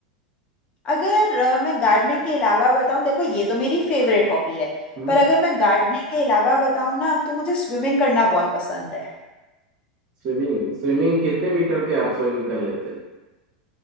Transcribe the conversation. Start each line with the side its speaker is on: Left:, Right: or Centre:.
Left: अगर अ, मैं गार्डनिंग के अलावा बताऊं देखो ये तो मेरी फेवरेट हॉबी है
Right: हम्म
Left: पर अगर मैं गार्डनिंग के अलावा बताऊं ना तो मुझे स्विमिंग करना बहुत पसंद है
Right: स्विमिंग स्विमिंग कितने मीटर के आप स्विमिंग कर लेते